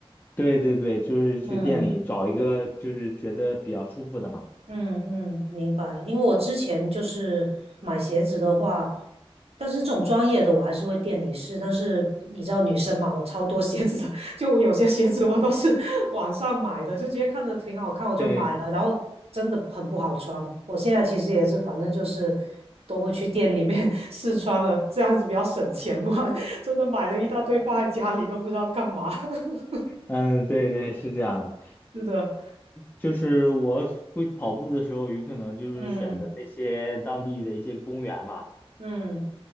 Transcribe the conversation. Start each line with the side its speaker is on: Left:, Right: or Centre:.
Left: 对对对，就是去店里找一个就是觉得比较舒服的嘛。
Right: 嗯。嗯嗯，明白。因为我之前就是买鞋子的话，但是这种专业的我还是会店里试。但是你知道女生嘛，我超多鞋子的，<laughs> 就我有些鞋子我都是 <laughs> 网上买的，就直接看着挺好看我就买了，
Left: 对，
Right: 然后真的很不好穿。我现在其实也是，反正就是都会去店里面 <laughs> 试穿了，这样子比较省钱嘛。<laughs> 真的买了一大堆放在家里都不知道干嘛。
Left: <laughs> 呃，
Right: <laughs>
Left: 嗯，对对，是这样的。
Right: 是的，
Left: 就是我会跑步的时候，有可能就是选择那些当地的一些公园嘛，
Right: 嗯嗯